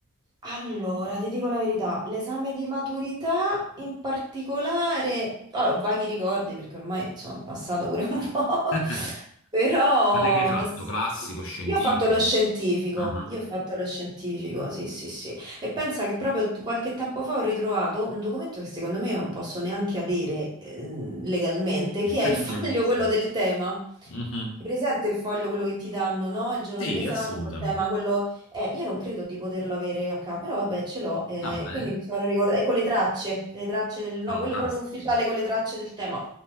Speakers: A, on the right; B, on the left.
A: Allora, ti dico la verità, l'esame di maturità in particolare, allora, ho vaghi ricordi perché ormai insomma è passato pure un <laughs> po',
B: <laughs>
A: però
B: Ma te che hai fatto?
A: s-
B: Classico, scientifico?
A: io ho fatto lo scientifico,
B: Ah,
A: io ho fatto lo scientifico, sì, sì, sì, e pensa che proprio t- qualche tempo fa ho ritrovato un documento che secondo me io non posso neanche avere ehm, legalmente, che è il
B: ah.
A: <laughs> foglio
B: <laughs> Bellissimo.
A: quello del tema.
B: Mhm.
A: Hai presente il foglio, quello che ti danno, no? Il giorno
B: Sì,
A: dell'esame,
B: assolutamente.
A: col tema, quello eh, io non credo di poterlo avere a capo, però vabbè, ce l'ho, eh,
B: Va bene,
A: quindi mi sono ricordata, e con le tracce, le tracce del, no,
B: fantastico.
A: quello proprio ufficiale con le tracce del tema.